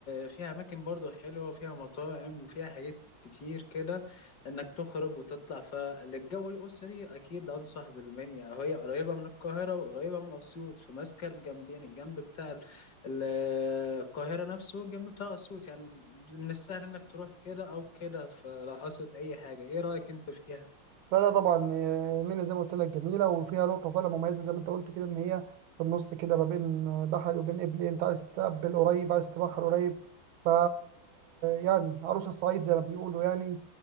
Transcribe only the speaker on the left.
فيها اماكن برضو حلوه وفيها مطاعم وفيها حاجات كتير كده انك تخرج وتطلع فللجو الاسري اكيد انصح بالمنيا هي قريبه من القاهره وقريبه من اسيوط فماسكه الجنبين الجنب بتاع ال- ال- القاهره نفسه والجنب بتاع اسيوط يعني من السهل انك تروح كده او كده فلو حصلت اي حاجه ايه رايك انت فيها